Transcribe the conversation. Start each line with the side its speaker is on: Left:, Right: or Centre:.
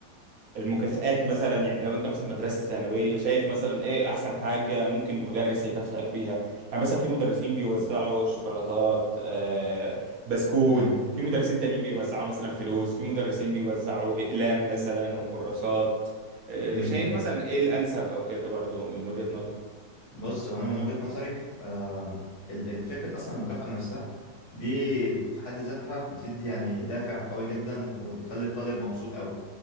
Right: المكافآت مثلا يعني لو انت مثلا مدرسة ثانوية شايف مثلا ايه احسن حاجة ممكن مدرس يكافئك بيها يعني مثلا في مدرسين بيوزعوا شوكولاتات آه، بسكوت
Left: م-
Right: في مدرسين تانيين بيوزعوا مثلا فلوس في مدرسين بيوزعوا اقلام مثلا وكراسات آه،
Left: م-
Right: شايف
Left: م.
Right: مثلا ايه الانسب او كده برضه من وجهة نظر
Left: بص هو انا من وجهه نظري آه الفكره اصلا المكافاه نفسها دي في حد ذاتها بتدي يعني دافع قوي جدا وبتخلي الطالب مبسوط قوي